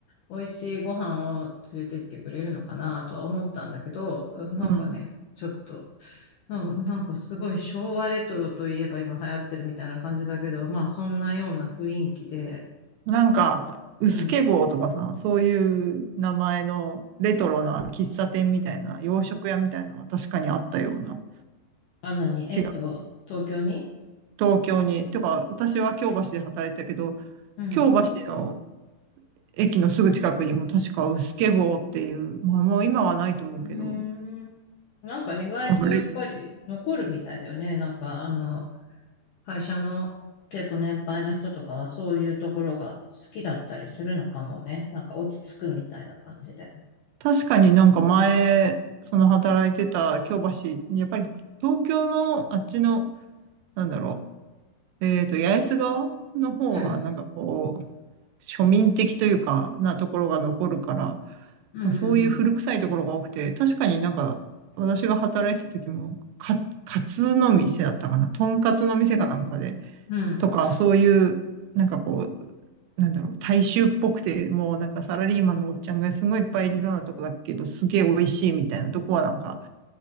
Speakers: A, on the left; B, on the right.
A: 美味しいご飯を連れてってくれるのかなとは思ったんだけど、なんかね、
B: うん。
A: ちょっとうんなんかすごい昭和レトロといえば今流行ってるみたいな感じだけど、まあそんなような雰囲気で、
B: なんか、うすけ坊とかさ、
A: うん。
B: そういう名前のレトロな喫茶店みたいな、洋食屋みたいなのは確かにあったような。
A: あ、なにえっと、
B: 違う。
A: 東京に
B: 東京に。てか、私は京橋で働いてたけど、
A: うん。
B: 京橋の
A: う
B: 駅のすぐ近くにも確かうすけ坊っていう、まあもう今はないと思うけど、
A: ーん。なんか意外とやっぱり残るみたいだよね。
B: なんかレ
A: なんかあの、会社の結構年配の人とかはそういうところが好きだったりするのかもね。なんか落ち着くみたいな感じで。
B: 確かになんか前、その働いてた京橋、やっぱり東京のあっちの、なんだろう、えっと、八重洲側の方は、
A: うん。
B: なんかこう、庶民的というか、なところが残るから、
A: うんうんうん。
B: まあ、そういう古臭いところが多くて、確かになんか、私が働いてた時も、か、カツの店だったかな、とんかつの店かなんかで、
A: うん。
B: とか、そういう、なんかこう、なんだろう、大衆っぽくて、もうなんかサラリーマンのおっちゃんがすごいいっぱいいるようなとこだけど、すげえ美味しいみたいなとこはなんか